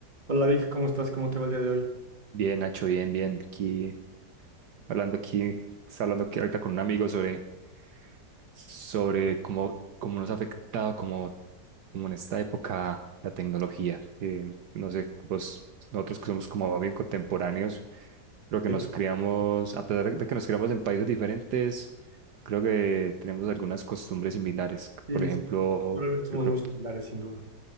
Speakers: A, on the right (about 25°); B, on the right (about 70°).
A: Hola Vic, ¿cómo estás? ¿Cómo te va el día de hoy?
B: Bien, Nacho, bien, bien. Aquí hablando aquí, está hablando aquí ahorita con un amigo sobre, sobre cómo, cómo nos ha afectado como, como en esta época la tecnología. Que no sé, vos, nosotros que somos como bien contemporáneos, creo que
A: Sí,
B: nos criamos, a pesar de que nos criamos en países diferentes, creo que tenemos algunas costumbres similares.
A: sí,
B: Por ejemplo,
A: sí. Realmente somos
B: yo creo,
A: muy similares, sin duda.